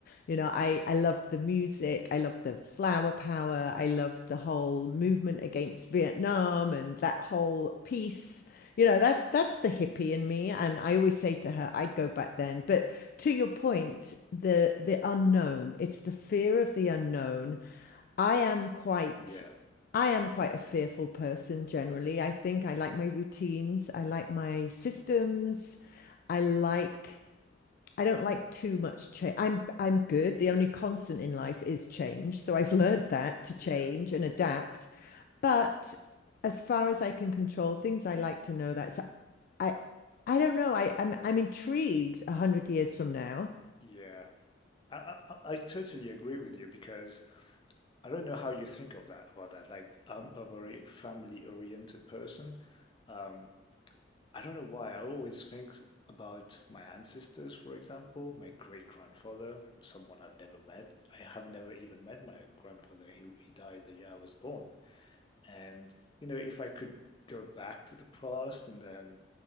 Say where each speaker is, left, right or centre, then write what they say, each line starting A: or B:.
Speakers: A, on the left; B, on the left.
A: You know, I, I loved the music. I loved the flower power. I loved the whole movement against Vietnam and that whole peace. You know, that that's the hippie in me. And I always say to her, I'd go back then. But to your point, the the unknown, it's the fear of the unknown. I am quite
B: Yeah,
A: I am quite a fearful person generally. I think I like my routines. I like my systems. I like I don't like too much change. I'm I'm good. The only constant in life is change. So I've learned that to
B: yeah,
A: change and adapt.
B: yeah,
A: But as far as I can control things, I like to know that. So I I don't know. I, I'm I'm intrigued a hundred years from now.
B: yeah. I, I I I totally agree with you because I don't know how you think of that about that. Like I'm a very family oriented person. Um, I don't know why, I always think about my ancestors, for example, my great grandfather, someone I've never met. I have never even met my grandfather. He, he died the year I was born. And, you know, if I could go back to the past and then